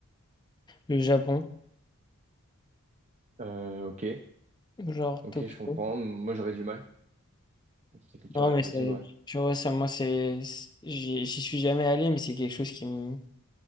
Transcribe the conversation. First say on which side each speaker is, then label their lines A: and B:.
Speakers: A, on the left (about 20°); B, on the right (about 30°).
A: le Japon,
B: Euh, ok,
A: genre
B: ok,
A: Tokyo.
B: je comprends. Moi, j'aurais du mal. C'est culture
A: Non,
B: asiatique,
A: mais ça,
B: ouais.
A: tu vois, ça, moi, c'est, c'est- j'y j'y suis jamais allé, mais c'est quelque chose qui me,